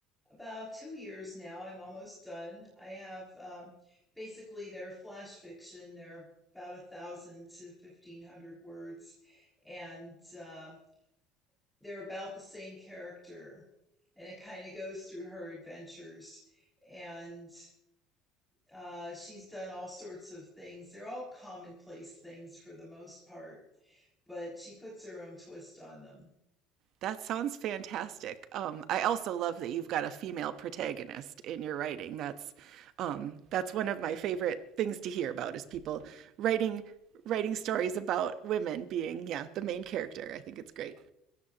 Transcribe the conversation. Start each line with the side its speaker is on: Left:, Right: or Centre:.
Centre: about two years now. I'm almost done. I have um, basically they're flash fiction. They're about a thousand to fifteen hundred words, and um they're about the same character, and it kind of goes through her adventures. And Uh, she's done all sorts of things. They're all commonplace things for the most part, but she puts her own twist on them.
Right: That sounds fantastic. Um, I also love that you've got a female protagonist in your writing. That's um, that's one of my favorite things to hear about is people writing writing stories about women being yeah the main character. I think it's great.